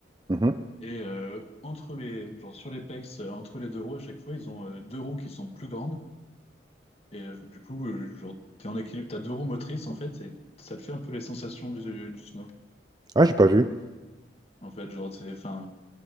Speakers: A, on the right; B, on the left.
A: mhm.
B: et euh, entre les, genre, sur les pecs, euh, entre les deux roues à chaque fois, ils ont euh, deux roues qui sont plus grandes Et euh, du coup, euh, genre, t'es en équilibre, t'as deux roues motrices en fait, et ça te fait un peu les sensations du, du snow.
A: Ah, j'ai pas vu.
B: En fait, genre, c'est, enfin,